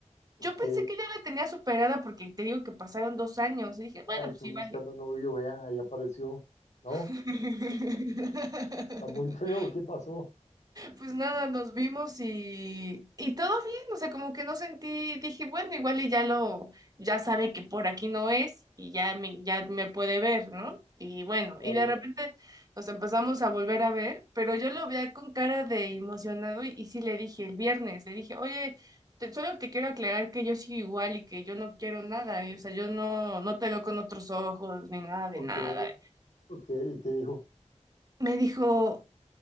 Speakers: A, on the left (about 75°); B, on the right (about 30°).
A: Ok,
B: yo pensé
A: vea,
B: que ya la tenía superada porque te digo que pasaron dos años y dije, bueno, pues
A: y tú
B: sí,
A: buscando
B: vale.
A: novio, vea, ahí apareció. No,
B: <laughs>
A: está muy <laughs> feo, ¿qué pasó?
B: Pues nada, nos vimos y, y todo bien, o sea, como que no sentí, dije, bueno, igual y ya lo, ya sabe que por aquí no es y ya me, ya me puede ver, ¿no? Y bueno,
A: Claro,
B: y de repente nos empezamos a volver a ver, pero yo lo veía con cara de emocionado y, y sí le dije el viernes, le dije, oye, te- solo te quiero aclarar que yo sigo igual y que yo no quiero nada, ¿eh? O sea, yo no, no te veo con otros ojos ni nada de
A: ok,
B: nada.
A: ok, ¿y qué dijo?
B: Me dijo